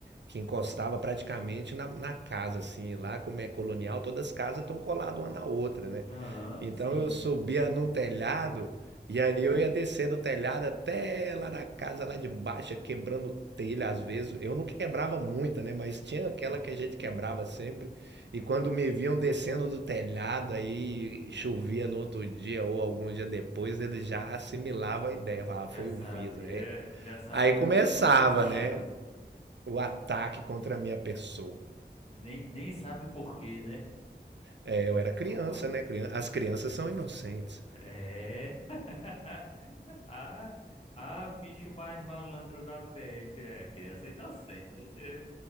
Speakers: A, on the right; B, on the left.
A: que encostava praticamente na, na casa, assim, lá como é colonial, todas as casas estão coladas uma na outra, né?
B: Aham,
A: Então
B: sim.
A: eu subia num telhado e aí eu ia descendo o telhado até lá na casa lá de baixo, quebrando telha às vezes. Eu não quebrava muita, né? Mas tinha aquela
B: Bom,
A: que a gente quebrava sempre. E quando me viam descendo do telhado, aí chovia no outro dia ou algum dia depois, eles já assimilavam a ideia. Falava, "Ah, foi
B: Já sabia,
A: o Vitor. Aí,
B: já sabia
A: aí começava,
B: que era o culpado.
A: né? o ataque contra a minha pessoa.
B: Nem, nem sabe por quê, né?
A: É, eu era criança,
B: Não fa...
A: né? Crian- As crianças são inocentes.
B: É. <laughs> Ah, ah, bicho mais malandro da peste. É, criança inocente.